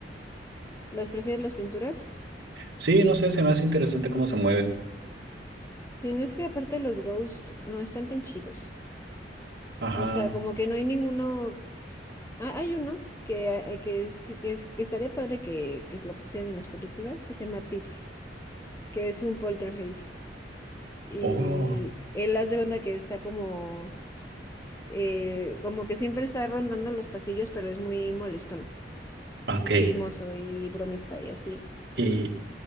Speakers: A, on the left (about 15°); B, on the right (about 65°).
A: ¿Las prefieres las pinturas?
B: Sí, no sé, se me hace interesante cómo se mueven.
A: Sí, no es que aparte los ghosts no están tan chidos.
B: Ajá.
A: O sea, como que no hay ninguno. Ah, hay uno que, eh, que, es, que, es- que estaría padre que, que lo pusieran en las películas, que se llama Pips, que es un poltergeist. Y
B: Oh,
A: él hace de cuenta que está como, eh, como que siempre está rondando los pasillos, pero es muy molestón.
B: ok.
A: y chismoso y bromista y así.
B: Y